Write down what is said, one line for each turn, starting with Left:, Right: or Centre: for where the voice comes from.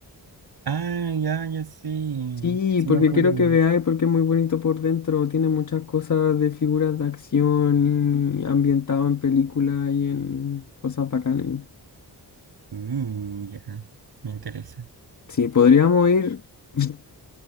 Right: Ah, ya, ya sí.
Left: Sí,
Right: Sí
Left: porque
Right: me acuerdo.
Left: quiero que veáis porque es muy bonito por dentro, tiene muchas cosas de figuras de acción y ambientado en películas y en cosas bacanas.
Right: Uh, ya. Me interesa.
Left: Sí, podríamos ir <laughs>